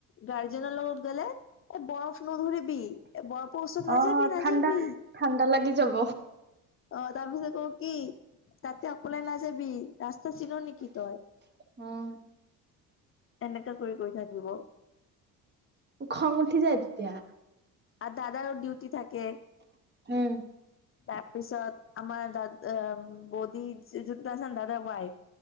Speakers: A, on the left; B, on the right.
A: গাৰ্জেনৰ লগত গলে এ বৰফ নধৰিবি এ বৰফৰ ওচৰত নাযাবি
B: অ',
A: নাযাবি।
B: ঠাণ্ডা ঠাণ্ডা লাগি যাব
A: অ তাৰপিছত কব কি, তাতে অকলে নাযাবি ৰাস্তা চিন নেকি তই।
B: উম।
A: এনেকে কৰি কৈ থাকিব।
B: খং উঠি যায় তেতিয়া।
A: আৰু দাদাৰো ডিউটি থাকে।
B: উম।
A: তাৰপিছত আমাৰ দাদ আম বৌদি যোনটো আছে দাদাৰ ৱাইফ